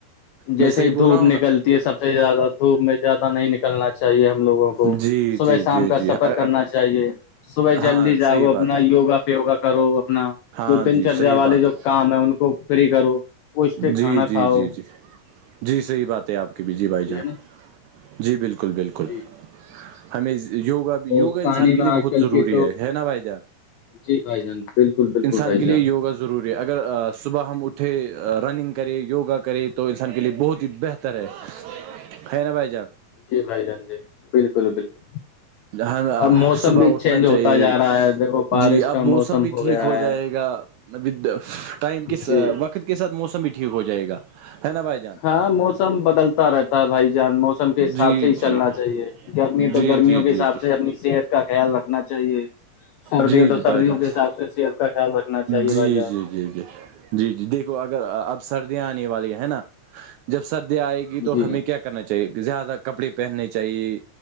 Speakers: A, on the left; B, on the right.
A: جیسے
B: میں صحیح
A: ہی
B: بول
A: دھوپ
B: رہا ہوں نا
A: نکلتی ہے سب سے زیادہ دھوپ میں زیادہ نہیں نکلنا چاہیے ہم لوگوں کو
B: جی
A: صبح
B: جی
A: شام
B: جی
A: کا
B: جی
A: سفر کرنا چاہیے صبح
B: ہاں
A: جلدی جاگو
B: صحیح
A: اپنا
B: بات ہے
A: یوگا فیوگا کرو اپنا
B: ہاں
A: جو دن
B: جی
A: چریا
B: صحیح
A: والے
B: بات
A: جو کام ہے ان کو فری کرو پوشٹک کھانا
B: جی
A: کھاؤ
B: جی جی جی جی صحیح بات ہے آپ کی بھی جی
A: ٹھیک
B: بھائی جان
A: ہے نا
B: جی بالکل بالکل
A: جی
B: ہمیں یوگا بھی
A: اور
B: یوگا انسان
A: پانی
B: کے
A: میں
B: لیے
A: آج
B: بہت
A: کل
B: ضروری
A: کے تو
B: ہے نا بھائی جان
A: جی بائی جان بالکل بالکل
B: انسان
A: بھائی
B: کے
A: جان
B: یوگا ضروری ہے اگر صبح ہم اٹھے رننگ کرے یوگا کرے تو انسان کے لیے بہت ہی بہتر ہے ہے نا بھائی جان
A: جی بھائی جان جی بالکل بالکل
B: ہم
A: اب موسم
B: صبح
A: بھی
B: اٹھنا
A: چینج ہوتا
B: چاہیے
A: جا رہا ہے دیکھو بارش
B: جی اب
A: کا
B: موسم بھی ٹھیک
A: گیا
B: ہو
A: ہے
B: جائے گا و ٹائم کے
A: جی
B: وقت کے ساتھ موسم بھی ٹھیک ہو جائے گا ہے نا بھائی جان
A: ہاں موسم بدلتا رہتا ہے بھائی جان موسم کے حساب
B: جی
A: سے ہی
B: جی
A: چلنا چاہیے گرمی
B: جی
A: تو گرمیوں
B: جی
A: کے
B: جی
A: حساب
B: جی
A: سے اپنی صحت کا خیال رکھنا چاہیے سردیا
B: جی
A: تو
B: جی
A: سردیوں
B: بائی چانس
A: کے حساب سے صحت کا خیال رکھنا چاہیے
B: جی
A: بھائی جان
B: جی جی جی جی جی دیکھو اگر اب سردیاں آنے والی ہے نا جب سردیاں آئے گی تو
A: جی
B: ہمیں کیا کرنا چاہیے زیادہ کپڑے پہننے چاہیے